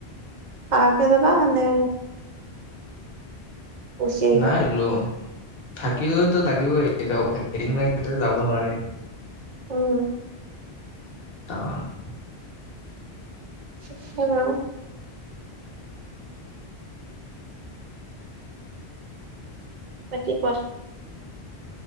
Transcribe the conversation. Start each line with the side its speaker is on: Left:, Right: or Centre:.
Right: থাকে যাবা নে। গুচি আহিবা?
Left: নাই, লো। থাকিলওতো লাগিবই এদিন যাব নোৱাৰি।
Right: উম।
Left: তাৰাৰ <inaudible>
Right: আহম <inaudible> পতি <inaudible> কোৱা।